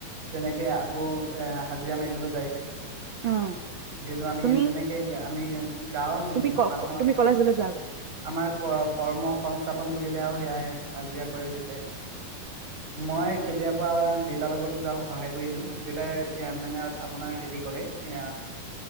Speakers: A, on the right (about 50°); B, on the right (about 70°).
A: তেনেকে আকৌ এ হাজিৰা মাৰিবলৈ যায়গৈ
B: অ',
A: যিহেতু আমি
B: তুমি
A: তেনেকে আমি গাঁৱৰ
B: তুমি ক
A: মানুহৰ
B: তুমি কলেজলৈ যোৱা আকৌ
A: আমাৰ ক কৰ্ম সংস্থাপন বুলিলে আৰু আৰু সেয়াই হাজিৰা কৰে দেউতাই মই কেতিয়াবা দেউতাৰ লগতো যাওক সহায় কৰি দিওঁ দেউতাই মানে আপোনাৰ হেৰি কৰে এ